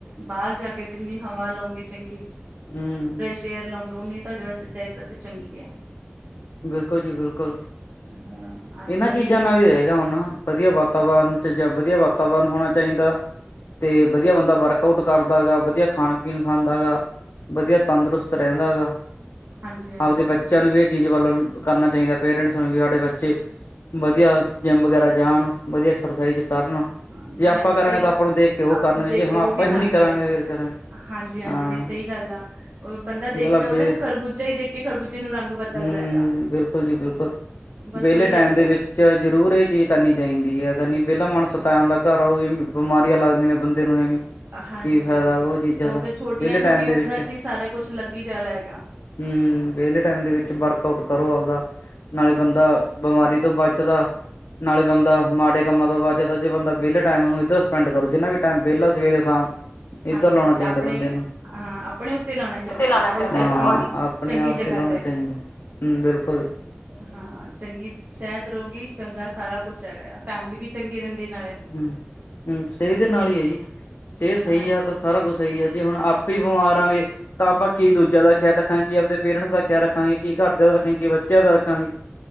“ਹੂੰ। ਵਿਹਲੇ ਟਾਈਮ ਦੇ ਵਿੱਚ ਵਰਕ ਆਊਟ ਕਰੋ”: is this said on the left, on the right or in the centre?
Left